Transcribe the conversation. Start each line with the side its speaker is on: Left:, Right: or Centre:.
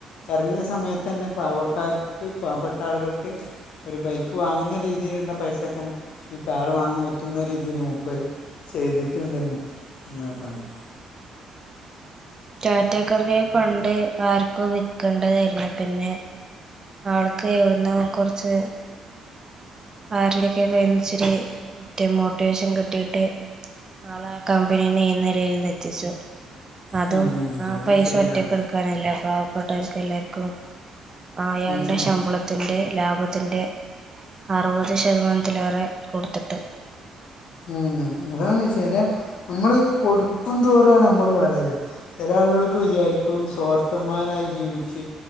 Left: ഇറങ്ങിയ സമയത്ത് തന്നെ പാവക്കാർക്ക് പാവപ്പെട്ട ആളുകൾക്ക് ഒരു ബൈക്ക് വാങ്ങുന്ന രീതിയിലുള്ള പൈസൊക്കെ തന്നെ ഈ കാർ വാങ്ങാൻ പറ്റുന്ന രീതിൽ മുപ്പര് ചെയ്തിട്ടുണ്ട്. അങ്ങനെക്കണ്ട്.
Right: ഉം ടാറ്റ കമ്പനിയ പണ്ടേ ആർക്കോ വിൽക്കേണ്ടതായിരുന്നു പിന്നെ ആൾക്ക് എവിടന്നോ കുറച്ച് ആരുടേയ്ക്കോ കയ്യിൽനിന്ന് ഇച്ചിരി മറ്റേ മോട്ടിവേഷൻ കിട്ടിയിട്ട് ആൾ ആ കമ്പനിനേ ഈ നിലൽന്ന് എത്തിച്ചു അതും
Left: ഉം,
Right: ആ
Left: അതും
Right: പൈസ
Left: ശരിയാണ്
Right: ഒറ്റക്കെടു കാനല്ല പാവപ്പെട്ടവർക്ക് എല്ലാവർക്കും അയാളുടെ
Left: ഉം, ഉം.
Right: ശമ്പള ത്തിന്റെ ലാഭത്തിന്റെ അറുപത് ശതമാനത്തിലേറെ കൊടുത്തിട്ട്
Left: ഉം അതാണ് ചില നമ്മള് കൊടുക്കന്തോരാണ് നമ്മള് വളരുക. ചില ആളുകൾക്ക് വിചാരിക്കും സ്വർത്തന്മാരായി ജീവിച്ച്